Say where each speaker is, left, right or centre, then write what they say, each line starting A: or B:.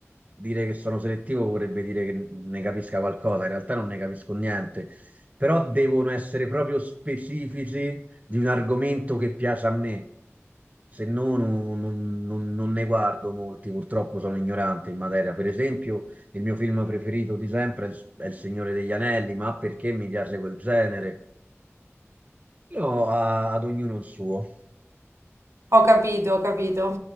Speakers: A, on the right; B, on the right.
A: dire che sono selettivo vorrebbe dire che ne capisca qualcosa, in realtà non ne capisco niente, però devono essere proprio specifici di un argomento che piace a me. Se no, non, non- non- non ne guardo molti, purtroppo sono ignorante in materia. Per esempio, il mio film preferito di sempre è Il, è Il Signore degli Anelli, ma perché mi piace quel genere? Però a- ad ognuno il suo.
B: ho capito, ho capito.